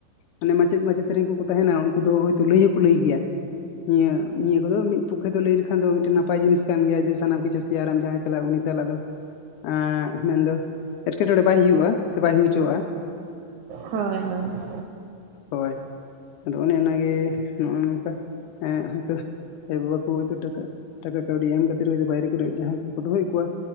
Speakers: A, on the left; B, on the right.
A: ᱢᱟᱱᱮ ᱢᱟᱪᱮᱫ ᱢᱟᱪᱮᱛᱟᱹᱱᱤ ᱠᱚᱠᱚ ᱛᱟᱦᱮᱱᱟ ᱩᱱᱠᱩ ᱫᱚ ᱦᱚᱭᱛᱚ ᱞᱟᱹᱭ ᱦᱚᱸᱠᱚ ᱞᱟᱹᱭ ᱜᱮᱭᱟ ᱱᱤᱭᱟᱹ ᱱᱤᱭᱟᱹ ᱠᱚᱫᱚ ᱢᱤᱫ ᱯᱚᱠᱠᱷᱮ ᱫᱚ ᱞᱟᱹᱭ ᱞᱮᱠᱷᱟᱱ ᱫᱚ ᱢᱤᱫᱴᱮᱱ ᱱᱟᱯᱟᱭ ᱡᱤᱱᱤᱥ ᱠᱟᱱ ᱜᱮᱭᱟ ᱡᱮ ᱥᱟᱱᱟᱢ ᱠᱤᱪᱷᱩ ᱛᱮᱨᱟᱢ ᱡᱟᱦᱟᱸᱭ ᱥᱟᱞᱟᱜᱼᱟ ᱩᱱᱤ ᱥᱟᱞᱟᱜ ᱫᱚ ᱟᱸ ᱢᱮᱱᱫᱚ ᱮᱴᱠᱮᱴᱚᱬᱮ ᱵᱟᱭ ᱦᱩᱭᱩᱜᱼᱟ ᱥᱮ ᱵᱟᱭ ᱦᱩᱭ ᱦᱚᱪᱚᱣᱟᱜᱼᱟ ᱾
B: ᱦᱳᱭ ᱦᱳᱭ ᱾
A: ᱦᱳᱭ ᱟᱫᱚ ᱚᱱᱮ ᱚᱱᱟᱜᱮ ᱱᱚᱜᱼᱚᱭ ᱱᱚᱝᱠᱟ ᱮᱸ ᱦᱚᱭᱛᱚ ᱟᱭᱳᱵᱟᱵᱟ ᱠᱩ ᱦᱚᱭᱛᱚ ᱴᱟᱠᱟ ᱠᱟᱹᱣᱰᱤ ᱮᱢ ᱠᱟᱛᱮᱫ ᱵᱟᱭᱨᱮ ᱠᱚᱨᱮᱜ ᱡᱟᱦᱟᱸᱭ ᱠᱚ ᱫᱚᱦᱚᱭᱮᱫ ᱠᱚᱣᱟ